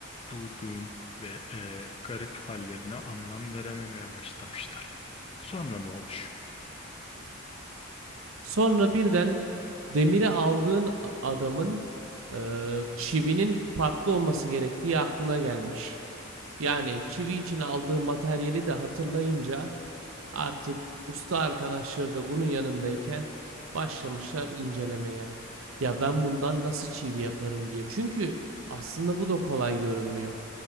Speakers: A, on the left; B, on the right.
A: durgun ve e, garip hallerine anlam verememeye başlamışlar. Sonra ne olmuş?
B: Sonra birden demiri aldığın adamın e, çivinin farklı olması gerektiği aklına gelmiş. Yani çivi için aldığım materyali de hatırlayınca artık usta arkadaşları da bunun yanındayken başlamışlar incelemeye. Ya ben bundan nasıl çivi yaparım diye. Çünkü aslında bu da kolay görünmüyor.